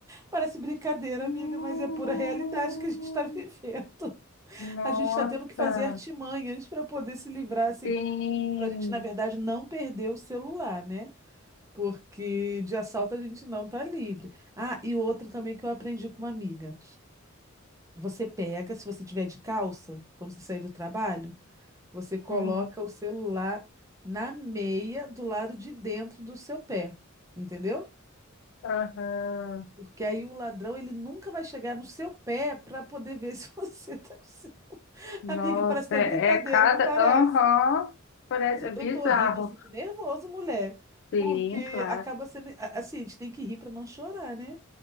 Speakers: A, on the right; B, on the left.
A: Parece brincadeira,
B: Hum.
A: amiga, mas é pura realidade que a gente está <laughs> vivendo.
B: Nossa.
A: A gente está tendo que fazer artimanhas para poder se livrar, assim,
B: Sim.
A: para a gente, na verdade, não perder o celular, né? Porque de assalto a gente não tá livre. Ah, e outra também que eu aprendi com uma amiga. Você pega, se você tiver de calça, quando você sair do trabalho, Você coloca
B: Hum.
A: o celular na meia do lado de dentro do seu pé, entendeu?
B: Aham.
A: Porque aí o ladrão ele nunca vai chegar no seu pé para poder ver <laughs> se você tá com o seu...
B: Nossa,
A: Amiga, parece até
B: é,
A: brincadeira,
B: é cada.
A: não parece?
B: Aham. Pare-
A: Mas
B: É
A: eu
B: é
A: eu
B: bizarro.
A: tô rindo assim de nervoso, mulher,
B: Sim,
A: porque
B: claro.
A: acaba sendo a- assim, a gente tem que rir para não chorar, né?